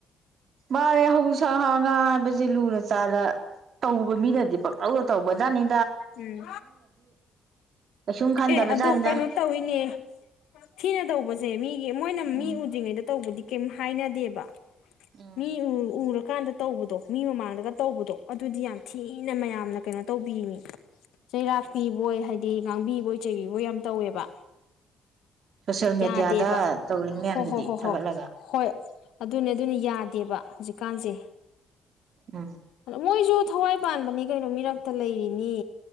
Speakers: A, on the right; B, on the left.
A: ꯃꯥꯅꯦ ꯍꯧꯁꯥꯍꯅ ꯁꯥ ꯍꯥꯏꯕꯖꯦ ꯂꯨꯅ ꯆꯥꯔ ꯇꯧꯕ ꯃꯤꯅꯗꯤ ꯄꯪꯇꯧꯗ ꯇꯧꯕꯖꯥꯠꯅꯤ
B: ꯎꯝ
A: ꯀꯩꯁꯨꯝ ꯈꯟꯗꯕꯖꯥꯠꯅꯤꯗ
B: ꯑꯦ ꯑꯗꯣ ꯀꯩꯅꯣ ꯇꯧꯏꯅꯦ ꯊꯤꯅ ꯇꯧꯕꯁꯦ ꯃꯤꯒꯤ ꯃꯣꯏꯅ
A: ꯎꯝ
B: ꯃꯤ ꯎꯗ꯭ꯔꯤꯉꯩꯗ ꯇꯧꯕꯗꯤ ꯀꯩꯝ ꯍꯥꯏꯅꯗꯦꯕ
A: ꯎꯝ
B: ꯃꯤ ꯎ ꯎꯔ ꯀꯥꯟꯗ ꯇꯧꯕꯗꯣ ꯃꯤ ꯃꯃꯥꯡꯗꯒ ꯇꯧꯕꯗꯣ ꯑꯗꯨꯗꯤ ꯌꯥꯝ ꯊꯤꯅ ꯃꯌꯥꯝꯅ ꯀꯩꯅꯣ ꯇꯧꯕꯤꯅꯤ ꯆꯩꯔꯥꯛꯄꯤꯕꯣꯏ ꯍꯥꯏꯗꯤ ꯉꯥꯡꯕꯤꯕꯣꯏ ꯆꯩꯕꯤꯕꯣꯏ ꯌꯥꯝ ꯇꯧꯋꯦꯕ
A: ꯁꯣꯁꯦꯜ
B: ꯌꯥꯗꯦꯕ
A: ꯃꯦꯗꯤꯌꯥꯗ ꯇꯧꯔꯤ
B: ꯍꯣ
A: ꯃꯌꯥꯝꯗꯨꯗꯤ
B: ꯍꯣ ꯍꯣ ꯍꯣ
A: ꯊꯥꯒꯠꯂꯒ
B: ꯍꯣꯏ ꯑꯗꯨꯅꯦ ꯑꯗꯨꯅ ꯌꯥꯗꯦꯕ ꯍꯧꯖꯤꯛꯀꯥꯟꯁꯦ
A: ꯎꯝ
B: ꯃꯣꯏꯁꯨ ꯊꯋꯥꯏ ꯄꯥꯟꯕꯅꯤ ꯀꯩꯅꯣ ꯃꯤꯔꯛꯇ ꯂꯩꯔꯤꯅꯤ